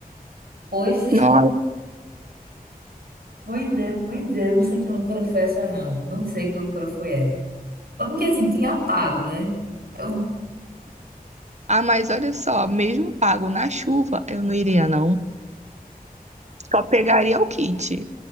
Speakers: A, on the right (about 75°); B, on the right (about 45°).
A: pois, <laughs>
B: Nossa.
A: pois é, pois é. Eu não sei que loucura foi essa, não. Não sei que loucura foi essa. Mas porque assim, tinha pago, né? Eu,
B: Ah, mas olha só, mesmo pago na chuva, eu não iria, não. Só pegaria o kit.